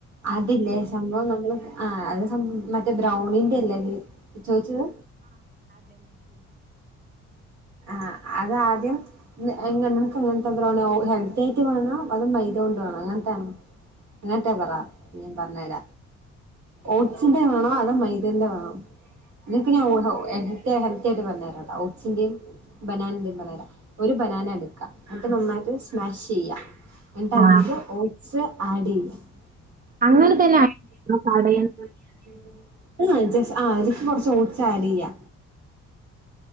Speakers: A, on the right; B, on the right.
A: അത് ല്ലേ സംഭവം നമ്മള് ആ അത് മറ്റേ ബ്രൗണിന്റെ അല്ലേ ത് ചോയിച്ചത് ആഹ അതാദ്യം നമുക്ക്ങ്ങന എ ഹെൽത്തി ആയിട്ട് വേണോ അതോ മൈത കൊണ്ട് വേണോ അങ്ങനത്താണോ നട്ടെ പറ വന്നേര ഓട്സിന്റെ വേണോ അതോ മൈദേന്റെ വേണോ നിക്ക് ഞാൻ ഒട് എഹ്ടേ <unintelligible> ചെടി വന്നേരം ആഹ് <unintelligible> ബനാനന്തി <unintelligible> ഒരു ബനാന എടുക്കാ എന്നിട്ട് നന്നായിട്ട് സ്മാഷെയ്യാ. അന്ന്ട്ട് അതിലേക്ക്
B: ആഹ്
A: ഓട്സ് ആഡ് ചെയ്യാ <unintelligible>
B: അങ്ങനെ തന്നെ ആയിരുന്നു കടേന്ന്
A: ജെസ് ആഹ് ഇതിക്ക് കൊറച്ച് ഓട്സ് ആഡ് ചെയ്യാ